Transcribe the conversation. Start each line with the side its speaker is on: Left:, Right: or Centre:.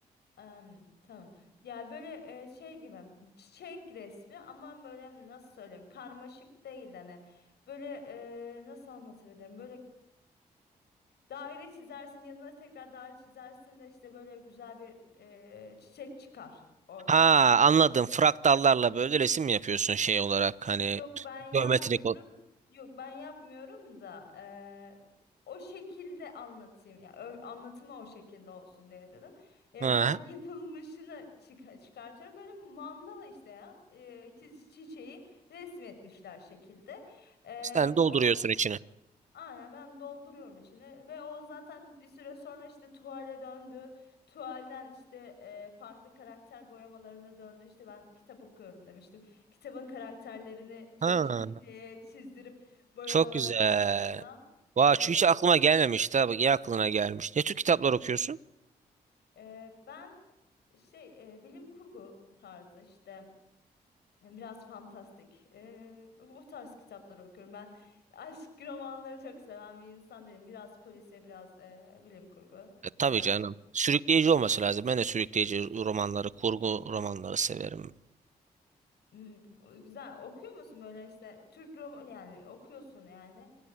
Left: Em, tamam. Ya böyle e, şey gibi çiçek resmi ama böyle nasıl söyleyeyim karmaşık değil hani böyle e, nasıl anlatabilirim böyle daire çizersin yanına tekrar daire çizersin de işte böyle güzel bir e, çiçek çıkar ortaya.
Right: Ha anladım. Fraktallarla böyle resim mi yapıyorsun şey olarak hani
Left: Yok ben yapmıyorum.
Right: geometrik ol.
Left: Yok ben yapmıyorum da eee, o şekilde anlatayım. Ya ö- anlatımı o şekilde olsun diye dedim. Eee,
Right: Ha.
Left: ben <laughs> yapılmışını çık- çıkartıyorum. Böyle mandala işte ya. Eee, çi- çiçeği resmetmişler şekilde. Eee,
Right: Sen dolduruyorsun
Left: onu
Right: içini.
Left: Aynen ben dolduruyorum içine ve o zaten bir süre sonra işte tuvale döndü. Tuvalden işte e, farklı karakter boyamalarına döndü. İşte ben kitap okuyorum demiştim. Kitabın karakterlerini ChatGPT'ye
Right: Ha.
Left: çizdirip boyamalara
Right: Çok güzel.
Left: döndüm falan.
Right: Vay
Left: Evet.
Right: şu hiç aklıma gelmemişti ha. Bak iyi aklına gelmiş. Ne tür kitaplar okuyorsun?
Left: E, ben şey e, bilim kurgu tarzı işte biraz fantastik. E, o tarz kitapları okuyorum. Ben aşk romanları çok seven bir insan değilim. Biraz polisiye biraz e, bilim kurgu
Right: E, tabii
Left: tarzı.
Right: canım. Sürükleyici olması lazım. Ben de sürükleyici romanları, kurgu romanları severim.
Left: Hmm, güzel. Okuyor musun böyle işte Türk roman yani okuyorsun yani.